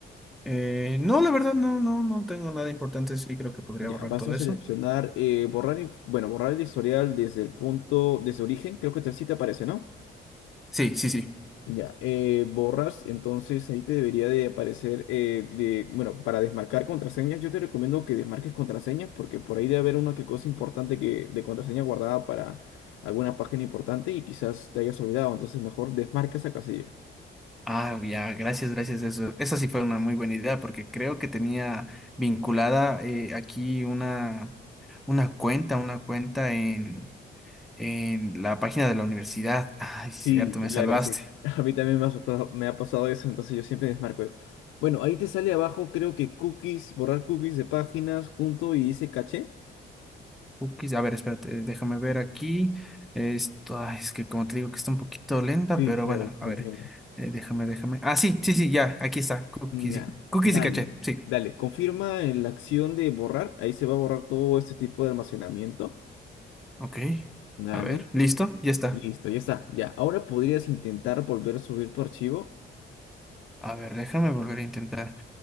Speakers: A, in the centre; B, on the left (about 85°).
A: Eh, no, la verdad, no, no, no tengo nada importante. Sí, creo que podría
B: Ya,
A: borrar
B: vas
A: todo
B: a seleccionar
A: eso.
B: eh, borrar, inf- bueno, borrar el historial desde el punto, desde origen, creo que te- sí te aparece, ¿no?
A: Sí, sí, sí.
B: Ya, eh, borras, entonces ahí te debería de aparecer, eh, de, bueno, para desmarcar contraseñas, yo te recomiendo que desmarques contraseñas porque por ahí debe haber una que cosa importante que, de contraseña guardada para alguna página importante y quizás te hayas olvidado, entonces mejor desmarca esa casilla.
A: Ah, ya, gracias, gracias. Eso, esa sí fue una muy buena idea porque creo que tenía vinculada eh, aquí una, una cuenta, una cuenta en, en la página de la universidad. Ay, sí,
B: Sí,
A: cierto,
B: claro,
A: me salvaste.
B: sí. <laughs> A mí también me ha pasado, me ha pasado eso, entonces yo siempre desmarco eso. Bueno, ahí te sale abajo, creo que cookies, borrar cookies de páginas junto y dice caché.
A: Cookies. A ver, espérate, déjame ver aquí. Esto, ay, es que como te digo que está un poquito lenta,
B: Sí,
A: pero
B: claro,
A: bueno,
B: entiendo.
A: a ver, eh, déjame, déjame. Ah, sí, sí, sí, ya, aquí está. Cookies,
B: Ya,
A: y- cookies
B: dale,
A: y caché, sí.
B: dale. Confirma en la acción de borrar. Ahí se va a borrar todo este tipo de almacenamiento.
A: Ok,
B: Dale,
A: a ver, listo, ya está.
B: listo, ya está. Ya, ahora podrías intentar volver a subir tu archivo.
A: A ver, déjame volver a intentar.